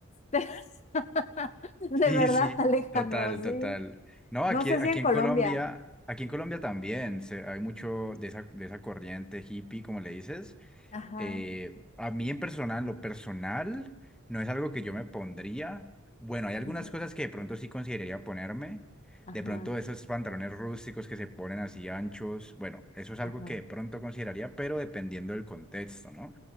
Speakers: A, on the left; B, in the centre.
A: <laughs> De
B: Sí,
A: verdad,
B: sí,
A: Alejandro,
B: total, total.
A: sí.
B: No,
A: No
B: aquí,
A: sé
B: aquí
A: si en
B: en
A: Colombia.
B: Colombia, aquí en Colombia también se- hay mucho de esa, de esa corriente hippie, como le dices.
A: Ajá,
B: Eh, a mí en personal, lo personal, no es algo que yo me pondría. Bueno, hay algunas
A: ujú,
B: cosas que de pronto sí consideraría ponerme.
A: ajá,
B: De pronto esos pantalones rústicos que se ponen así anchos, bueno, eso es
A: ajá,
B: algo que de pronto consideraría, pero dependiendo del contexto, ¿no?